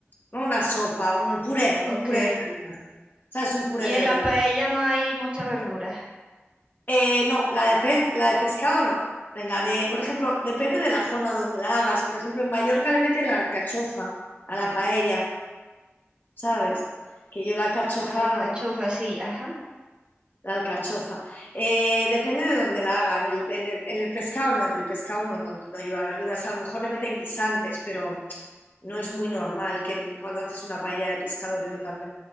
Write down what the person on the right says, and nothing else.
Ok.
Y
en
la paella no hay mucha verdura.
Alcachofa,
sí, ajá.